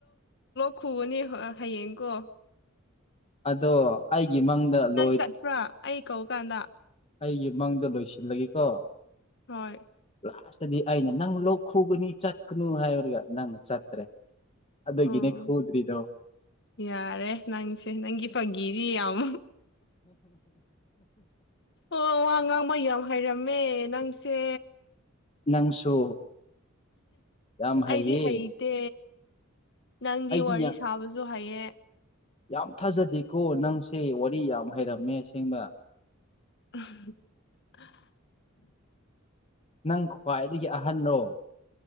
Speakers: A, on the left (about 60°); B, on the left (about 30°).
A: ꯈꯨꯕꯅꯤ ꯍꯌꯦꯡ ꯀꯣ
B: ꯑꯗꯣ ꯑꯩꯒꯤ ꯃꯪꯗ ꯂꯣꯏ
A: ꯆꯠꯄ꯭ꯔꯥ ꯑꯩ ꯀꯧꯀꯥꯟꯗ
B: ꯑꯩꯒꯤ ꯃꯪꯗ ꯂꯣꯏꯁꯤꯜꯂꯒꯦꯀꯣ
A: ꯍꯣꯏ
B: ꯂꯥꯁꯇꯗꯤ ꯑꯩꯅ ꯅꯪ ꯂꯣꯛ ꯈꯨꯒꯅꯤ ꯆꯠꯀꯅꯨ ꯍꯥꯏꯕꯔꯒ ꯅꯪꯅ ꯆꯠꯇ꯭ꯔꯦ ꯑꯗꯨꯒꯤꯅꯦ
A: ꯑꯣ
B: ꯈꯨꯗ꯭ꯔꯤꯗꯣ
A: ꯌꯥꯔꯦ ꯅꯪꯁꯦ ꯅꯪꯒꯤ ꯐꯪꯒꯤꯗꯤ ꯌꯥꯝ ꯑꯣ ꯋꯥ ꯉꯥꯡꯕ ꯌꯥꯝ ꯍꯩꯔꯝꯃꯦ ꯅꯪꯁꯦ
B: ꯅꯪꯁꯨ ꯌꯥꯝ ꯍꯩꯌꯦ
A: ꯑꯩꯗꯤ ꯍꯩꯇꯦ ꯅꯪꯗꯤ
B: ꯑꯩꯗꯤ
A: ꯋꯥꯔꯤ
B: ꯌꯥꯝ
A: ꯁꯥꯕꯁꯨ ꯍꯩꯌꯦ
B: ꯌꯥꯝ ꯊꯥꯖꯗꯦꯀꯣ ꯅꯪꯁꯦ ꯋꯥꯔꯤ ꯌꯥꯝ ꯍꯩꯔꯝꯃꯦ ꯁꯦꯡꯕ
A: <unintelligible>
B: ꯅꯪ ꯈ꯭ꯋꯥꯏꯗꯒꯤ ꯑꯍꯜꯂꯣ